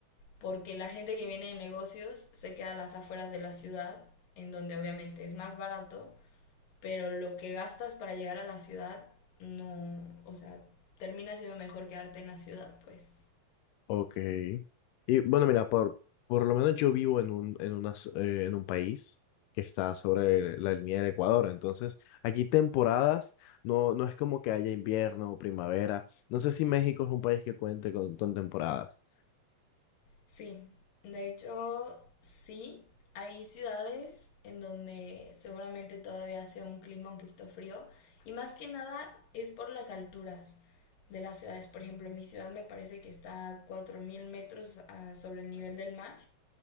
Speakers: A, on the left; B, on the left.
A: Porque la gente que viene de negocios se queda a las afueras de la ciudad, en donde obviamente es más barato, pero lo que gastas para llegar a la ciudad no, o sea, termina siendo mejor quedarte en la ciudad, pues.
B: Ok. Y bueno, mira, por, por lo menos yo vivo en un, en una s- eh, en un país que está sobre la línea del Ecuador. Entonces, aquí temporadas no, no es como que haya invierno o primavera. No sé si México es un país que cuente con, con temporadas.
A: Sí, de hecho, sí, hay ciudades en donde seguramente todavía hace un clima un poquito frío y más que nada es por las alturas de las ciudades. Por ejemplo, mi ciudad me parece que está a 4.000 metros ah, sobre el nivel del mar,